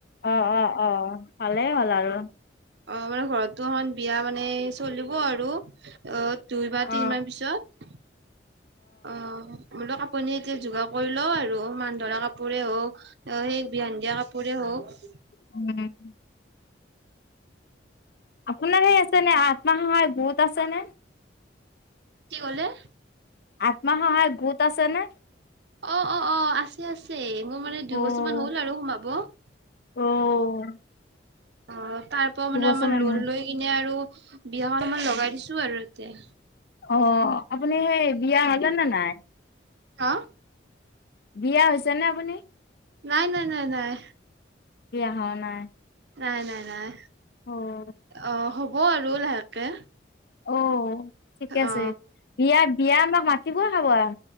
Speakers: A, on the left; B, on the right.
A: অ', অ', অ'। ভালেই আৰু।
B: অ' মানে ঘৰতো এখন বিয়া মানে চলিব আৰু, অ' দুই বা তিনমাহ
A: অ'
B: পিছত অ'। ব'লক আপুনি এতিয়া যোগাৰ কৰি লওঁ আৰু মান ধৰা কাপ কাপোৰে হওঁক, অ' সেই বিহান দিয়া কাপোৰে হওঁক।
A: উম। আপোনাৰ হে আছে নে, আত্মসহায় গোট আছেনে?
B: কি ক'লে?
A: আত্ম সহায় গোট আছেনে?
B: অঁ অঁ, আছে আছে। মোৰ মানে দুইবছৰান
A: অ'
B: হল আৰু সোমাব। অঁ
A: অ'
B: তাৰ ত'
A: দুবছৰ
B: মানে আমাৰ
A: মান
B: লোন
A: হ'ল
B: লৈ কিনে আৰু, বিয়াখনত লগাই দিছো আৰু ইয়াতে।
A: অঁ আপুনি সেই, বিয়া হলে নে নাই?
B: হা?
A: বিয়া হৈছেনে আপুনি?
B: নাই নাই নাই নাই।
A: বিয়া হোৱা নাই।
B: নাই নাই নাই,
A: অ'
B: অঁ হ'ব আৰু লাহেকে।
A: অঁ, ঠিকে আছে,
B: অ
A: বিয়া বিয়া আমাক মাতিব খাব আৰু।